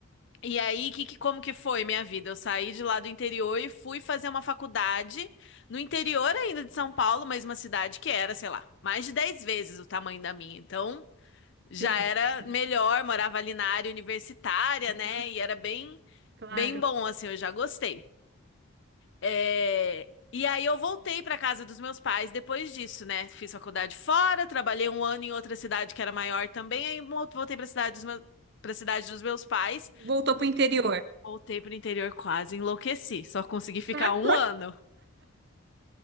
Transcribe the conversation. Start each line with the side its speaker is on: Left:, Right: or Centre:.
Left: E aí, que, que- como que foi minha vida? Eu saí de lá do interior e fui fazer uma faculdade no interior ainda de São Paulo, mas uma cidade que era, sei lá, mais de 10 vezes o tamanho da minha. Então, já
Right: Sim,
Left: era
Right: sim.
Left: melhor, morava ali na área universitária,
Right: Aham,
Left: né? E era bem,
Right: claro.
Left: bem bom, assim, eu já gostei. É, E aí eu voltei para casa dos meus pais depois disso, né? Fiz faculdade fora, trabalhei um ano em outra cidade que era maior também, aí mo- voltei para cidade dos meus, para cidade dos meus pais.
Right: Voltou para o interior.
Left: Voltei pro interior quase enlouqueci. Só consegui ficar
Right: <laughs>
Left: um
Right: Hã?
Left: ano.